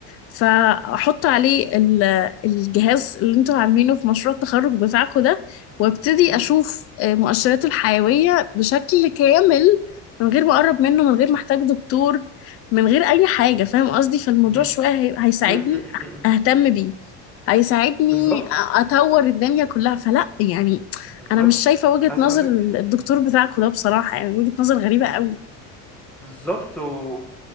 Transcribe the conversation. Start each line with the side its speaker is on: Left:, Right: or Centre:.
Left: فاحط عليه ال... الجهاز اللي انتوا عاملينه في مشروع التخرج بتاعكم ده وابتدي
Centre: مم.
Left: اشوف آه، مؤشراته الحيويه
Centre: مم.
Left: بشكل كامل من غير ما اقرب منه من غير ما احتاج دكتور من غير اي حاجه فاهم قصدي فالموضوع
Centre: مم.
Left: شويه هي- هيساعدني
Centre: مم. مم. مم.
Left: اهتم بيه هيساعدني
Centre: بالظبط
Left: أ- اطور الدنيا كلها فلا يعني
Centre: بالظبط
Left: انا مش شايفه وجهه
Centre: عايز
Left: نظر
Centre: اقول لك
Left: الدكتور بتاعكم ده بصراحه يعني وجهه نظر غريبه قوي
Centre: بالظبط و...